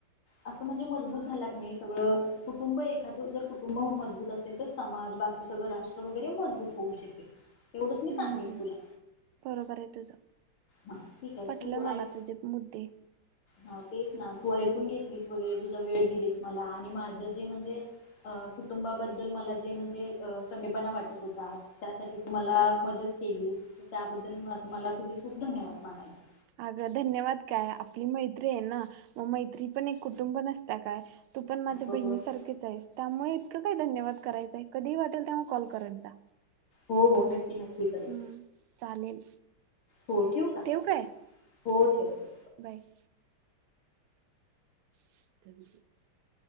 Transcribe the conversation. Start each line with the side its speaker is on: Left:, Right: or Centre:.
Left: असं म्हणजे मजबूत झाला क नाही सगळं कुटुंब एखादं जर कुटुंब मजबूत असेल तर समाज बाकी सगळं राष्ट्र वगैरे मजबूत होऊ शकेल एवढंच मी
Right: हम्म
Left: सांगेन तुला
Right: बरोबर आहे तुझं
Left: हा ठीक आहे
Right: पटलं
Left: तू
Right: मला
Left: ऐक
Right: तुझे मुद्दे
Left: हा तेच ना तू ऐक चून घेतलीस वगैरे तुझा वेळ दिलीस मला आणि माझं जे म्हणजे कुटुंबाबद्दल मला जे म्हणजे कमीपणा वाटत होतात त्यासाठी तू मला मदत केलीस त्याबद्दल मला तुझी खूप धन्यवाद मानायचे
Right: अगं धन्यवाद काय आपली मैत्री आहे ना मग मैत्री पण एक कुटुंब नसता काय तू पण माझ्या
Left: हो
Right: बहिणीसारखेच
Left: हो
Right: आहेस त्यामुळे इतकं काय धन्यवाद करायचंय कधी वाटलं वाटल तेव्हा कॉल करात जा
Left: हो हो नक्की करेन
Right: हम्म चालेल
Left: हो ठेव का
Right: ठेऊ काय
Left: हो ठेव ठेव
Right: बाय <inaudible>